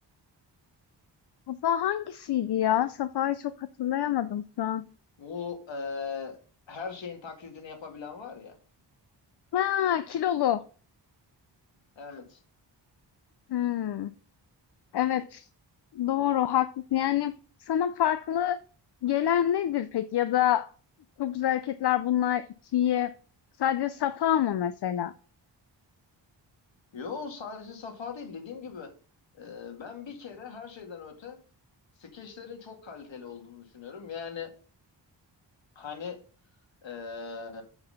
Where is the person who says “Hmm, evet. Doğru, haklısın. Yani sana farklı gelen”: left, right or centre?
Left